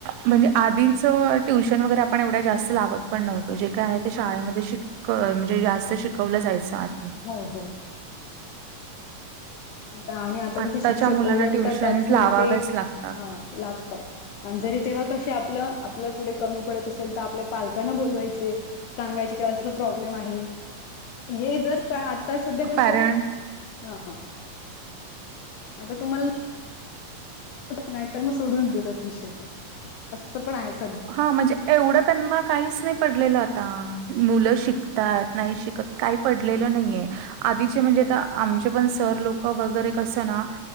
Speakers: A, on the right; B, on the left.
A: म्हणजे आधीच ट्युशन वगैरे आपण एवढ्या जास्त लावत पण नव्हतो जे काय आहे ते शाळेमध्ये शिक म्हणजे जास्त शिकवलं जायचं आत
B: हो हो आता आणि आता
A: आत्ताच्या
B: कसे शिक्षक
A: मुलांना
B: ओरडतात
A: ट्युशन्स
B: तात्पुरते
A: लावाव्याच लागतात.
B: हा लागतात आणि जरी तेव्हा कसे आपलं आपल्या कुठे कमी पडत असेल तर आपल्या पालकांना बोलवायचे सांगायची का अस प्रॉब्लेम आहे हे जर का आता सध्या कसं
A: पॅरेंट
B: आहे ह आता तुम्हाला नाही तर मग सोडून देतात विषय असं पण आहेच
A: हा म्हणजे एवढं त्यांना काहीच नाही पडलेलं आता मुलं शिकतात नाही शिकत काही पडलेलं नाहीये आधीचे म्हणजे
B: काय
A: आ आमच्या पण सर लोक वगैरे कस ना